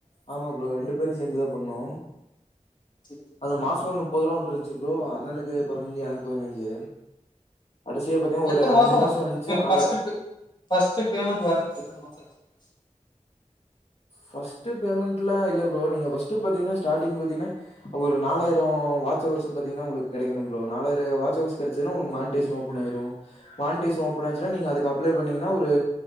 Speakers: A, on the left; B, on the left.
A: ஆமா ப்ரோ ரெண்டு பேரு சேந்துதா பண்ணோ
B: சேரி
A: அத மாசோனு போரோ வந்துருச்சு ப்ரோ அண்ணனுக்கு பதினஞ்சு எனக்கு பதினஞ்சு கடைசியா பாத்தீங்கன்னா
B: எத்தன
A: ஒரு
B: மாச
A: அஞ்சு
B: ஆச்சு
A: மாசம் வந்துச்சு
B: ஃபஸ்ட்
A: ஆறு
B: பே ஃபஸ்ட் பேமெண்ட் வர்துக்கு எத்தன மாச ஆச்சு <inaudible>
A: ஃபஸ்ட் பேமெண்ட்ல இல்ல ப்ரோ நீங்க ஃபஸ்ட் பாத்தீங்கன்னா ஸ்டார்ட் பாத்தீங்கன்னா ஒரு நாலாயிர வாட்ச வர்ஸ் பாத்தீங்கன்னா உங்களுக்கு கெடக்கனு ப்ரோ நாயிர வாட்ச ஹவர்ஸ் கெடச்சதுனா உங்களுக்கு மான்டீசன் ஓபன் ஆய்ரு மான்டீஷன் ஓபன் ஆச்சுனா நீங்க அதுக்கு அப்லே பண்ணீங்கன்னா ஒரு